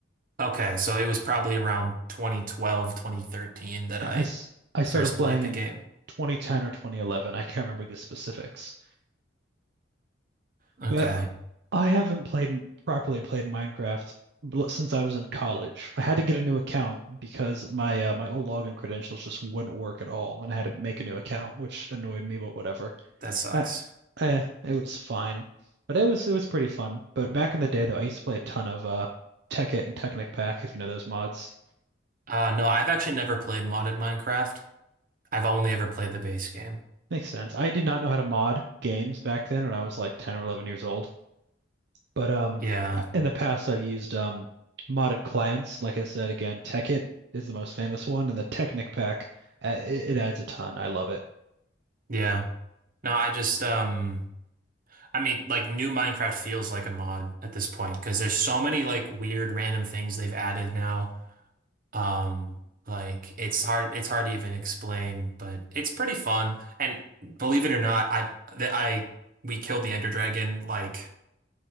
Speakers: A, on the right; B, on the right.
A: Okay, so it was probably around 2012, 2013 that
B: Yeah,
A: I
B: I, s- I started
A: first
B: playing
A: played the
B: in
A: game.
B: 2010 or 2011. I can't remember the specifics.
A: Okay,
B: But I haven't played properly played Minecraft bl- since I was in college. I had to get a new account because my uh, my old login credentials just wouldn't work at all, and I had to make a new account, which annoyed me, but whatever.
A: that sucks.
B: I, I it was fine, but it was it was pretty fun. But back in the day, though, I used to play a ton of uh, Tekkit and Technic Pack, if you know those mods.
A: Uh, no, I've actually never played modded Minecraft. I've only ever played the base game.
B: Makes sense. I did not know how to mod games back then, when I was like 10 or 11 years old. But um,
A: Yeah,
B: I- in the past, I've used um, modded clients. Like I said, again, Tekkit is the most famous one, and the Technic pack, uh, it, it adds a ton. I love it.
A: yeah. No, I just, um, I mean, like new Minecraft feels like a mod at this point because there's so many like weird random things they've added now. Um, like it's hard it's hard to even explain, but it's pretty fun. And believe it or not, I that I we killed the Ender Dragon like